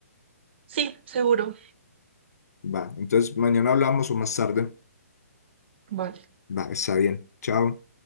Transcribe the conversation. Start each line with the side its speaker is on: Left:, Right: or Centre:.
Right: sí, seguro.
Left: Va, entonces mañana hablamos o más tarde.
Right: Vale.
Left: Va, está bien. Chao.